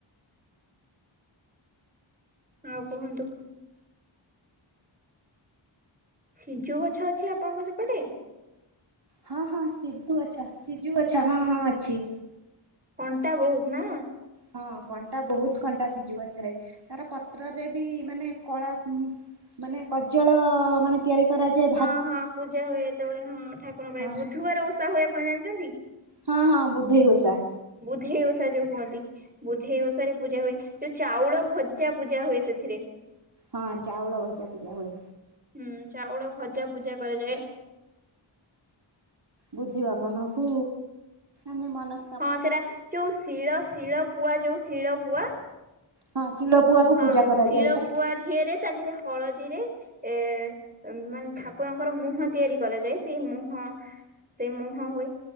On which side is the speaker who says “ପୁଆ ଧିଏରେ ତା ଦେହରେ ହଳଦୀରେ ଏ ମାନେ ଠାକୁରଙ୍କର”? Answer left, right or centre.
Right